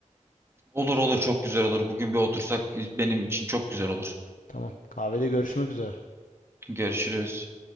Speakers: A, on the right; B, on the left.
A: Olur olur çok güzel olur. Bugün bir otursak benim için çok güzel olur.
B: Tamam. Kahvede görüşmek üzere.
A: Görüşürüz.